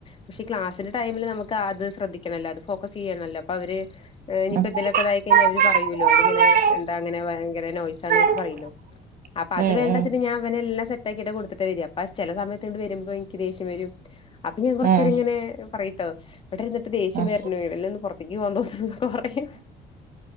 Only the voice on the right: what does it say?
ഉം
ഉം
ഉം
ഉം
ഉം
ഉം